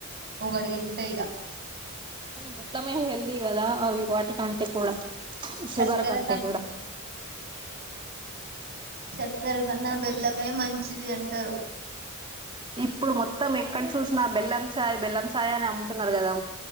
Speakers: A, on the right; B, on the right.
A: ఒకటి తింటా ఇక
B: కనీ బల్లమే హెల్ది కదా అవి వాటిీ కంటె షుగర్
A: చక్కెర
B: కంటే కూడా
A: చక్కర కన్నా బెల్లం మే మంచిది అంటరు
B: ఇప్పుడు మొత్తం ఎక్కడ చూసినా బెల్లం చాయ్ బెల్లం చాయ్ అని అమ్ముతున్నారు గదా